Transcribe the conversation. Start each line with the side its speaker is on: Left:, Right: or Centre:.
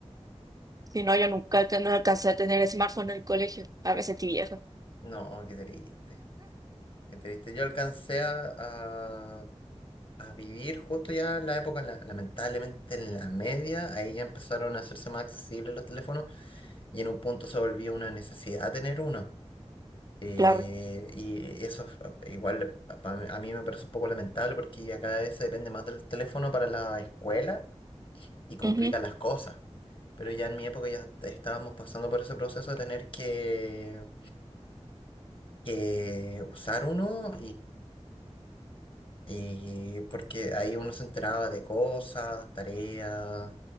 Right: Si no, yo nunca alca- no alcancé a tener smartphone en el colegio. A veces sentí vieja,
Left: no, qué triste, qué triste. Yo alcancé a, a vivir justo ya en la época, la- lamentablemente en la media, ahí ya empezaron a hacerse más accesibles los teléfonos y en un punto se volvió una necesidad tener uno. Eh,
Right: claro.
Left: y eso f- igual pa- pa- a mí me parece un poco lamentable porque ya cada vez se depende más del teléfono para la escuela y complica
Right: Ujú.
Left: las cosas. Pero ya en mi época ya estábamos pasando por ese proceso de tener que, que usar uno Eh, porque ahí uno se enteraba de cosas, tareas,